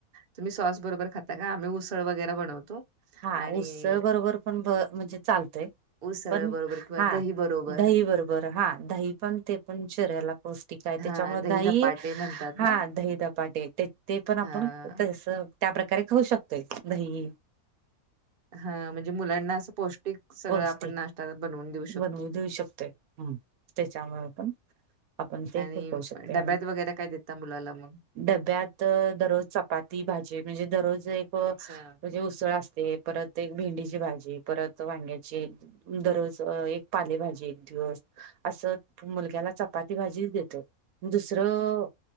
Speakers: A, on the right; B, on the right.
A: तुम्ही सॉस बरोबर खाता का आम्ही उसळ वगैरे बनवतो.
B: हा
A: आणि
B: उत्सळ बरोबर पण म्हणजे चालतय.
A: उसळ
B: पण
A: बरोबर किंवा
B: हा
A: दही बरोबर
B: दही बरोबर हा दही पण ते पण चेिऱ्याला पोहोचत. ठीकय त्याच्यामुळे
A: हां
B: दही
A: धपाटे म्हणतात
B: हा
A: ना
B: दही दपाटे त्या ते पण आपण
A: हां
B: तसं. त्या प्र्रकारे खाऊ शकतोय दही
A: हा म्हणजे मुलांना असं पौष्टिक सगळं
B: पौष्टिक
A: आपण नाश््या बनवून देऊ शकतो.
B: बनवू देऊ शकते. तचाामा व आपण ते
A: आणि
B: हे करू शकतोय
A: डब्यात
B: आणि
A: वगैरे काय देतता मुलाला मग
B: डब्यात दररोज चपाती भाजी म्हणजे दररोज एक म्हणजे
A: अच्छा.
B: उसळ अस. परत एक भेंडीची भाजी परत वांग्याची दररोज एक पालेभाजी एक दिवस असं मुलग्याला चपाती भाजी देतं. दुसरं